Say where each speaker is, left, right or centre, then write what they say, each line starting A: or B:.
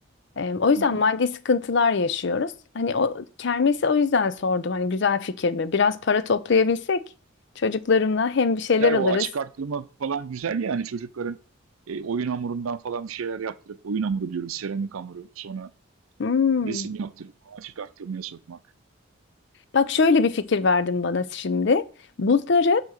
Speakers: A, on the left; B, on the right.
A: Em, O yüzden
B: Hı hı.
A: maddi sıkıntılar yaşıyoruz. Hani o kermesi o yüzden sordum. Hani güzel fikir mi? Biraz para toplayabilsek çocuklarımla hem bir şeyler
B: Güzel
A: alırız.
B: o açık arttırma falan güzel yani çocukların e, oyun hamurundan falan bir şeyler yaptırıp oyun hamuru diyoruz seramik hamuru sonra
A: Hmm.
B: resim yaptırıp açık arttırmaya sokmak.
A: Bak şöyle bir fikir verdin bana şimdi. Bunları